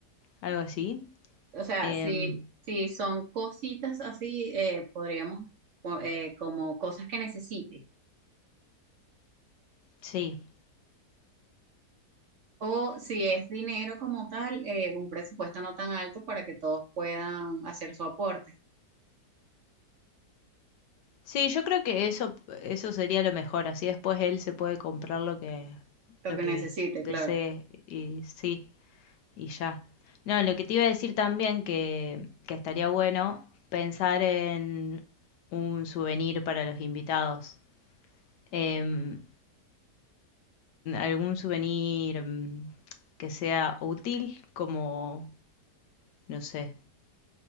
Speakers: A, on the left; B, on the right.
A: Algo así.
B: O sea,
A: Em,
B: si, si son cositas así, eh, podríamos, co- eh, como cosas que necesite.
A: sí.
B: O si es dinero como tal, eh, un presupuesto no tan alto para que todos puedan hacer su aporte,
A: Sí, yo creo que eso, eso sería lo mejor, así después él se puede comprar lo que,
B: lo
A: lo
B: que
A: que
B: necesite,
A: desee
B: claro.
A: y sí, y ya. No, lo que te iba a decir también que, que estaría bueno pensar en un souvenir para los invitados. Em, algún souvenir em, que sea útil, como, no sé,